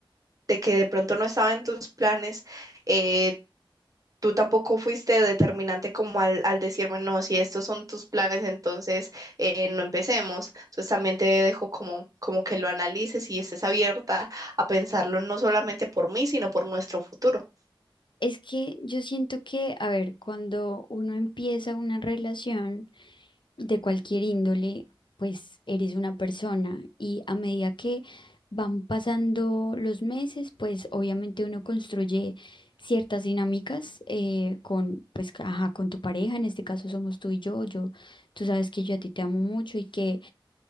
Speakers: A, on the right; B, on the left.
A: de que de pronto no estaba en tus planes, eh, tú tampoco fuiste determinante como al, al decirme, no, si estos son tus planes, entonces eh, no empecemos. Entonces también te dejo como, como que lo analices y estés abierta a pensarlo no solamente por mí, sino por nuestro futuro.
B: Es que yo siento que, a ver, cuando uno empieza una relación de cualquier índole, pues eres una persona y a medida que van pasando los meses, pues obviamente uno construye ciertas dinámicas eh, con, pues, ajá, con tu pareja, en este caso somos tú y yo, yo, tú sabes que yo a ti te amo mucho y que